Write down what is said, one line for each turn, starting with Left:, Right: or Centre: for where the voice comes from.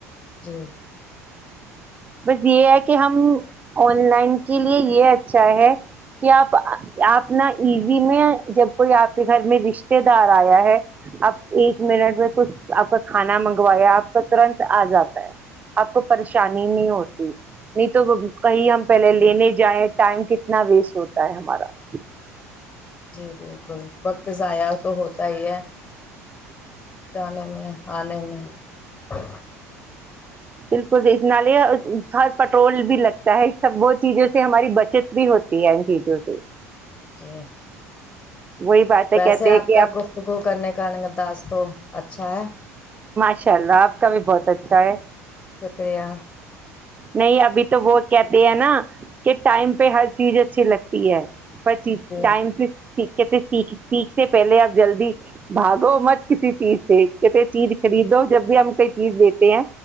Left: جی
Right: بس یہ ہے کہ ہم آن لائن کے لیے یہ اچھا ہے کہ آپ آپنا ایزی میں جب کوئی آپ آپ کے گھر میں رشتے دار آیا ہے آپ ایک منٹ میں کچھ آپ کا کھانا منگوایا آپ کا ترنت آ جاتا ہے آپ کو پریشانی نہیں ہوتی نہیں تو کہیں ہم پہلے لینے جائیں ٹائم کتنا ویسٹ ہوتا ہے ہمارا
Left: جی بالکل وقت ضائع تو ہوتا ہی ہے جانے میں آنے میں <unintelligible>
Right: بالکل دناے ہر پٹرول بھی لگتا ہے سب وہ چیزوں سے ہماری بچت بھی ہوتی ہے ان چیزوں سے
Left: جی
Right: وہی باتیں
Left: ویسے
Right: کہتے ہیں
Left: آپ
Right: کہ
Left: کا گفتگو کرنے کا انداز تو اچھا ہے
Right: ان شاء اللہ آپ کا بھی بہت اچھا ہے
Left: شکریہ
Right: نہیں ابھی تو وہ کہتے ہیں نا کہ ٹائم پہ ہر چیز اچھی لگتی ہے پچ
Left: جی
Right: ٹائم کہتے سیکھ سیکھ سے پہلے آپ جلدی بھاگو مت کسی چیز سے کہتے چیز خریدو جب بھی ہم کوئی چیز لیتے ہیں